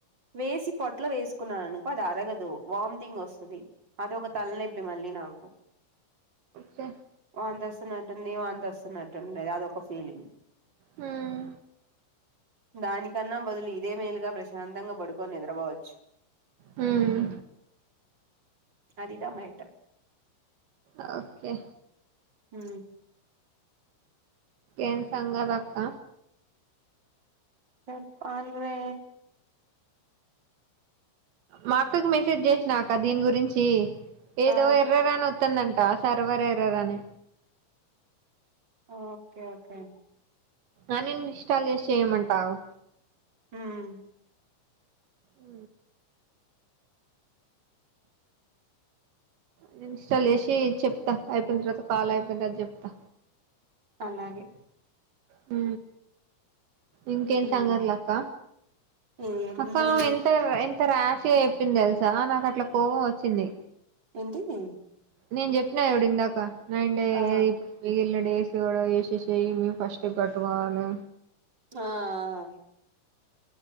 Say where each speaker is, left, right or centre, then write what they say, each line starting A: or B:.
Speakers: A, on the right; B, on the right.
A: వేసి పొట్లో వేసుకున్నాను అనుకో అది అరగదు వామిటింగ్ వస్తుంది అది ఒక తలనొప్పి మళ్ళీ నాకు
B: చ
A: వాంత వస్తున్నట్టుంది వాంత వస్తున్నట్టు అదొక ఫీలింగ్
B: హ్మ్
A: దానికన్నా బదులు ఇదే మేలుగా ప్రశాంతంగా పడుకొని నిద్రపోవచ్చు
B: హ్మ్
A: అదిదా మేటర్
B: ఓకే
A: హ
B: ఏం సంగతి అక్క
A: చెప్పలే
B: మా అక్కకి మెసేజ్ చేసినా అక్క దీని గురించి ఏదో
A: ఆ
B: ఎర్రర్ అని వతుందంట సర్వర్ ఎర్రర్ అని
A: ఓకే ఓకే
B: అని ఇస్టాల్ చేసి చెయమంటాగు
A: హ్మ్
B: ఉ నేను ఇన్స్టాల్ చేసి చెప్తా అయిపోయిన తర్వాత కాల్ అయిపోయిన తరావాత చెప్తా
A: అలాగే
B: అ ఇంకేం
A: ఉమ్
B: సంగతులు అక్క
A: ఏం
B: అక్క
A: రే
B: ఎల్టా ఎంత రాష్ గా చెప్పింది తెలుసా నాకు అట్లా కోపం వచ్చింది
A: ఏంటినే
B: నేను చెప్పినా చూడు ఇందాక నంటే
A: ఆ
B: ఇప్పుడు మిగిలిన డేస్ కూడా వేసి చేయ మేము ఫస్ట్ కట్టువను
A: ఆ